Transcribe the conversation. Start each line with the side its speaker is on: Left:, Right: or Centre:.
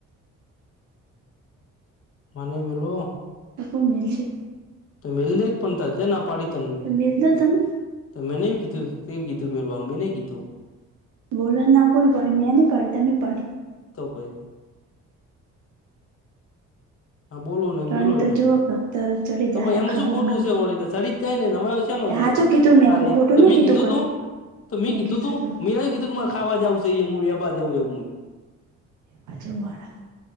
Left: માર નઈ મેલોઓ
Right: તો કોન મેલશે
Left: તો મેલદેત પન તા તન ક્યાં ના પાડી તન મી
Right: તો મેલ દો તમે
Left: તો મેને તી કીધુ મેલવાનુ મે નઇ કીધુ
Right: બોલવાન ના કોને પાડી મે ની પાડી તમે પાડી
Left: હ બોલો નય
Right: ત્રણેય
Left: મેલોય
Right: તો
Left: નહી
Right: જોવો કે તરત ચડી
Left: તો
Right: જાય
Left: પહી એમા
Right: આખા
Left: શું
Right: ગોમને
Left: ખોટુ છે, વળી તો સડી જાય ને <unintelligible> સેનુ સે
Right: હાચું કીધું મેં
Left: તારે
Right: ખોટું
Left: તો
Right: નહી
Left: મે
Right: કીધું
Left: કીધુ
Right: કઈ
Left: તુ તો મી
Right: મેં
Left: કીધુ
Right: કીધું
Left: તુ
Right: તું
Left: મે નથી કીધુ કે મારે ખાવા જાવુ સે એ મુડીયાબા જવુ એવુ મૂય
Right: બાજુવાળા.